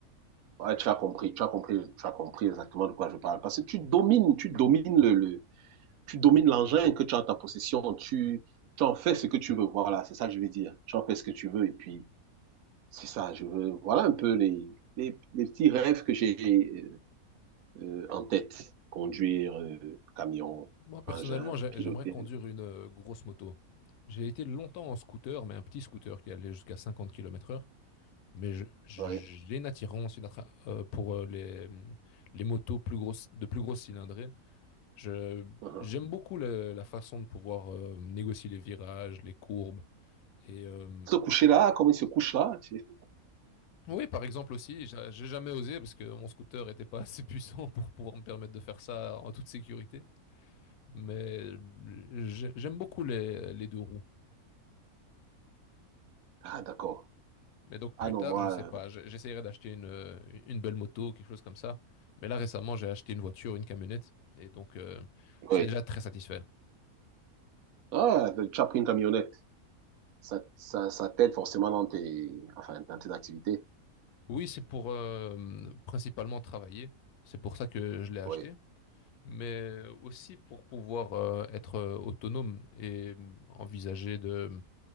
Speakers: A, on the right (about 75°); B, on the left (about 90°).
A: Ouais, tu as compris, tu as compris, tu as compris exactement de quoi je parle. Parce que tu domines, tu domines le, le tu domines l'engin que tu as en ta possession. Tu, tu en fais ce que tu veux. Voilà, c'est ça que je veux dire. Tu en fais ce que tu veux. Et puis, c'est ça, je veux. Voilà un peu les, les, les petits rêves que j'ai euh, euh, en tête. Conduire, euh, camion,
B: Moi, personnellement,
A: engin,
B: j'ai-
A: piloter.
B: j'aimerais conduire une euh, grosse moto. J'ai été longtemps en scooter, mais un petit scooter qui allait jusqu'à 50 kilomètres heure. Mais je- je-
A: Ouais.
B: j'ai une attirance une attra- euh, pour euh, les, les motos plus grosses, de plus grosses cylindrées. Je,
A: Uh -huh.
B: j'aime beaucoup le- la façon de pouvoir euh, négocier les virages, les courbes. Et euh,
A: Se coucher là, comme il se couche là. tu-
B: oui, par exemple aussi, j'a- j'ai jamais osé parce que mon scooter n'était pas assez <laughs> puissant pour pouvoir me permettre de faire ça en toute sécurité. Mais euh, j'ai- j'aime beaucoup les les deux roues.
A: Ah, d'accord.
B: Mais donc
A: Ah
B: plus
A: non,
B: tard,
A: moi,
B: je sais pas,
A: euh,
B: je- j'essaierai d'acheter une, euh, une belle moto, quelque chose comme ça. Mais là récemment, j'ai acheté une voiture, une camionnette, et donc euh,
A: oui.
B: je suis déjà très satisfait.
A: Ah, tu as pris une camionnette. Ça, ça, ça t'aide forcément dans tes, enfin, dans tes activités.
B: Oui, c'est pour euh, principalement travailler, c'est pour ça que je l'ai acheté,
A: Oui.
B: mais aussi pour pouvoir euh, être euh, autonome et euh, envisager de,